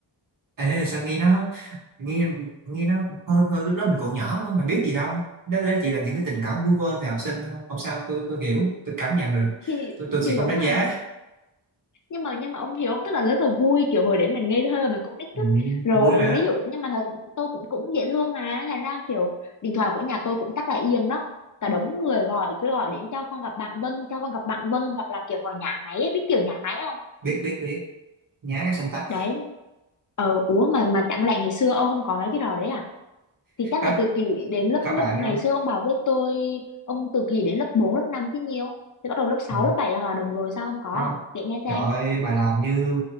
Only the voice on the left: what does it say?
thì
thì
đúng
mà
nhưng mà nhưng mà ông hiểu không tức là rất là vui kiểu hồi đấy mình ngây thơ mình cũng nít
á. rồi
ví dụ nhưng mà thật tôi cũng cũng dễ thương mà thành ra kiểu điện thoại của nhà tôi cũng chắc là yên đó cả đống người gọi cứ gọi đến cho con gặp bạn Vân cho con gặp bạn Vân hoặc là kiểu họ nhã máy ấy, biết kiểu nhã máy không
đấy ờ ủa mà mà chẳng lẽ ngày xưa ông không có mấy cái trò đấy à thì chắc
là từ kỳ đến lớp
lớp
ngày
xưa ông bảo với tôi ông từ kỳ đến lớp 4 lớp 5 chứ nhiều thì bắt đầu lớp sáu
lớp 7 là hòa đồng rồi sao không có
à kể nghe xem